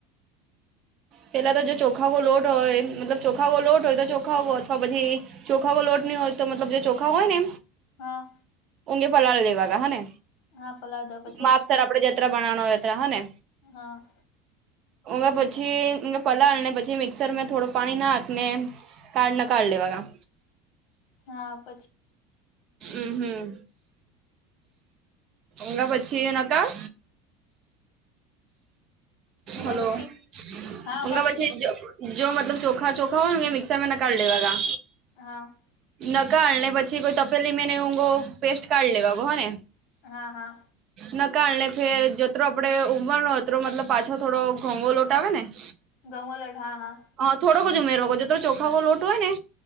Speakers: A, on the right; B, on the left.
A: પેલા તો જો ચોખાગો લોટ હોય મતલબ ચોખાગો લોટ હોય તો ચોખાવો અથવા પછી ચોખાગો લોટ નહીં હોય તો મતલબ જે ચોખા હોય ને
B: હા.
A: ઊઘે પલાળ લેવા ગ હા ને
B: હા પલાવ દો પછી
A: માપ ત આપડે જ ત્રા બનાવણો રેતા હને!
B: હ.
A: ઓમે પછી પલાળ અને પછી મિક્સરમાં થોડું પાણી નાખને કાઢને કાળ લેવા ગા.
B: હા પ
A: અમ હમ્મ. ઓમે પછી એ નકા.
B: ઊંઘા
A: હલો.
B: પછી હા ઊંઘા
A: ફણગા પછી જો મતલબ ચોખા ચોખા હોય ને મિક્સરમાં કાળ લેવા ગા.
B: હા.
A: નકાળ ને પછી કોઈ તપેલી મેં ને ઓવ ગો પેસ્ટ કાઢી લેવાગો હ ને.
B: હા હા.
A: નકાળ ને ફેર જતરો આપડે ઉબાલનો અતરો મતલબ પાછો થોડો ઘઉ વો લોટ આવેને હ <unintelligible>
B: ઘઉ વો લોટ આવે હા.
A: હ થોડોક જ ઉમેરવો જતરો ચોખા ગો લોટ હોય ને.